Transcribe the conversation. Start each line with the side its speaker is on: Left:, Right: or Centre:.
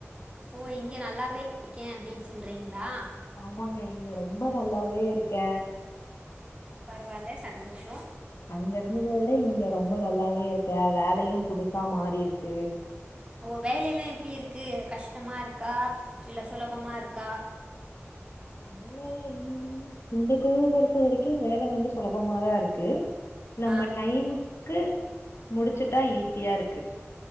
Right: ஓ இங்க நல்லாவே இருக்க அப்டின்னு சொல்றீங்களா
Left: ஆமாங்க இங்க ரொம்ப நல்லாவே இருக்க
Right: பரவாயில்ல சந்தோஷ
Left: அங்க இருந்தத விட இங்க ரொம்ப நல்லாவே இருக்க வேலையு புதுசா மாறி இருக்கு
Right: ஓ வேலையெல்லா எப்டி இருக்கு கஷ்டமாக இருக்கா இல்ல சுலபமாக இருக்கா
Left: வேலையன் இந்த குழுவ பொறுத்த வரைக்கும் வேல வந்து சுலபமாதா இருக்கு நம்ம
Right: ஆ
Left: டைமுக்கு முடிச்சுட்டா ஈஸியா இருக்கு